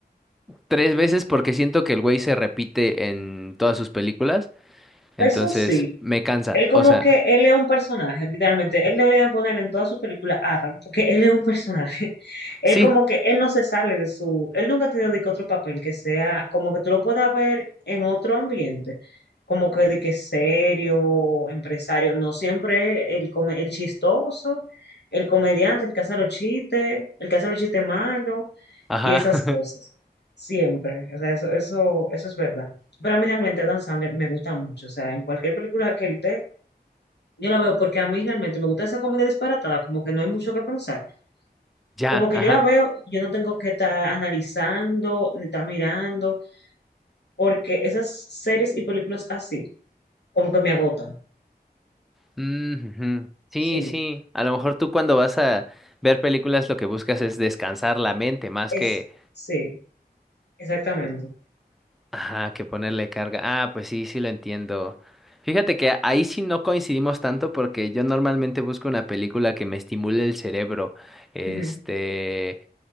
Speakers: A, in the centre; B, on the left.
A: Tres veces porque siento que el güey se repite en todas sus películas. Entonces
B: Eso sí,
A: me cansa.
B: Él como
A: O sea,
B: que, él es un personaje, literalmente. Él debería ponerle en todas sus películas Adam, porque él es un personaje. <laughs> Él
A: sí,
B: como que, él no se sale de su, él nunca ha tenido de que otro papel que sea, como que tú lo puedas ver en otro ambiente, como que de que serio, empresario, no siempre el, come- el chistoso, el comediante, el que hace los chistes, el que hace los chistes malos
A: ajá.
B: y esas
A: <laughs>
B: cosas. Siempre, o sea, eso, eso, eso es verdad. Pero a mí realmente Adam Sandler me gusta mucho, o sea, en cualquier película que él esté, yo la veo porque a mí realmente me gusta esa comida disparatada, como que no hay mucho que pensar.
A: Ya,
B: Como que
A: ajá.
B: yo la veo, yo no tengo que estar analizando, ni estar mirando, porque esas series y películas así, como que me agotan.
A: Mm, ujú. Sí,
B: Sí,
A: sí. A lo mejor tú cuando vas a ver películas lo que buscas es descansar la mente más
B: es,
A: que,
B: sí, exactamente.
A: eh, ajá, que ponerle carga. Ah, pues sí, sí lo entiendo. Fíjate que ahí sí no coincidimos tanto porque yo normalmente busco una película que me estimule el cerebro. Este,
B: Ujú,